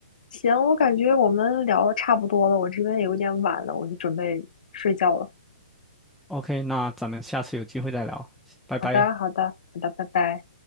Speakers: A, on the left; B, in the centre.
A: 行，我感觉我们聊的差不多了，我这边也有点晚了，我就准备睡觉了。
B: OK，那咱们下次有机会再聊，拜拜。
A: 好的，好的，好的，拜拜。